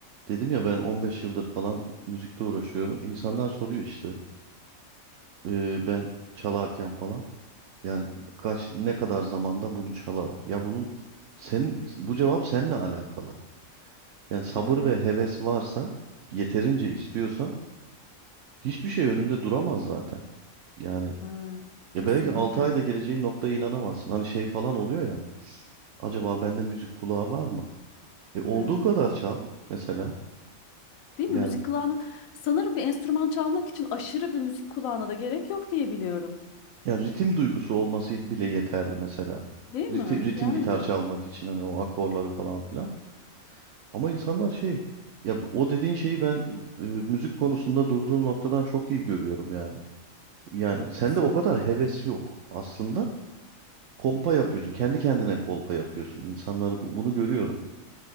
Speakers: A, on the right; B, on the left.
A: Dedim ya ben 15 yıldır falan müzikle uğraşıyorum. İnsanlar soruyor işte eee, ben çalarken falan yani kaç ne kadar zamanda bunu çalarım? Ya bunun sen bu cevap seninle alakalı. Yani sabır
B: Evet.
A: ve heves varsa yeterince istiyorsan hiçbir şey önünde duramaz zaten. Yani
B: Evet,
A: ya
B: kesinlikle.
A: belki 6 ayda geleceğin noktaya inanamazsın. Hani şey falan oluyor ya acaba bende müzik kulağı var mı? E olduğu
B: Ha.
A: kadar çal mesela.
B: Değil
A: Yani
B: mi? Müzik kulağına sanırım bir enstrüman çalmak için aşırı bir müzik kulağına da gerek yok diye biliyorum.
A: Ya ritim duygusu olması bile yeterli mesela.
B: Değil mi?
A: Ritim, ritim
B: Yani
A: gitar çalmak için hani o akorları falan filan. Ama insanlar şey ya o dediğin şeyi ben e, müzik konusunda durduğum noktadan çok iyi görüyorum yani. Yani
B: çok
A: sende
B: güzel.
A: o kadar heves yok aslında. Kolpa yapıyorsun. Kendi kendine kolpa yapıyorsun. İnsanları bu- bunu görüyorum.